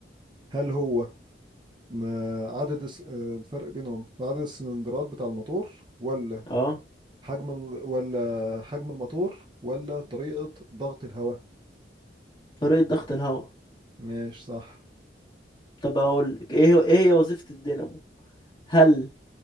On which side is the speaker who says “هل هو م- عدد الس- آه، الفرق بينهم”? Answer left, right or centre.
Right